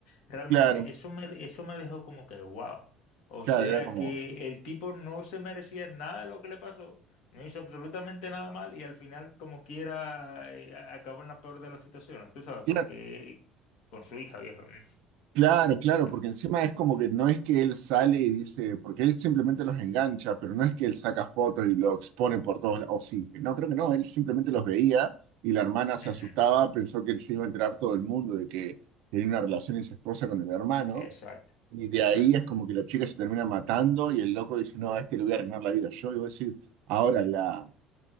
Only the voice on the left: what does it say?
realmente,
eso me, eso me dejó como que wow, o
sea
que el tipo no se merecía nada de lo que le pasó no hizo absolutamente nada mal y al final, como quiera, eh, a- acabó en la peor de las situaciones, tú sabes,
porque con su hija, viejo. mm,
ta-
ujú,
Exacto,
exacto.